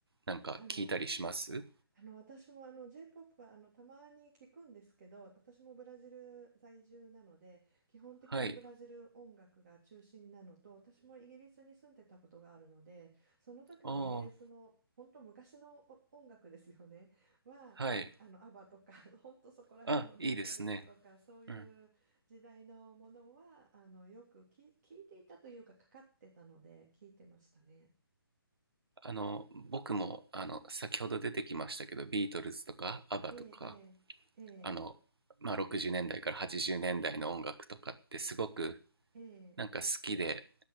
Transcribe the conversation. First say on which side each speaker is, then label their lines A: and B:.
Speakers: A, on the right; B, on the right.
A: なんか聞いたりします
B: あの、あの私もあの J-POP はあのたまに聞くんですけど私もブラジル在住なので基本的にブラジル音楽が中心なのと私もイギリスに住んでたことがあるのでその時はイギリスの本当昔のお音楽ですよねはあのアバとか
A: はいおーはい
B: <laughs> 本当そこら辺のビートルズとかそういう時代のものはあのよく聞い、
A: あいいですねうん
B: 聞いていたというかかかってたので聞いてましたね。
A: あの僕もあの先ほど出てきましたけどビートルズとかアバとか
B: ええええええ
A: あのまあ、60年代から80年代の音楽とかってすごく
B: ええ
A: なんか好きで